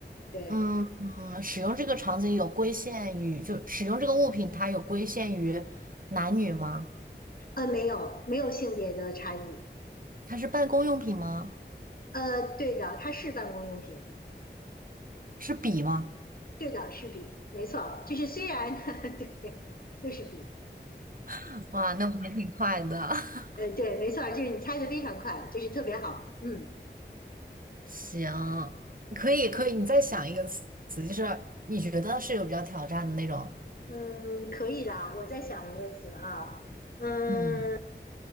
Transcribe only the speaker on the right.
嗯，使用这个场景有规限于，就使用这个物品，它有规限于男女吗？
它是办公用品吗？
是笔吗？
<laughs> 哇，那我还挺快的。<laughs>
行，可以可以，你再想一个词，就是你觉得是有比较挑战的那种。
嗯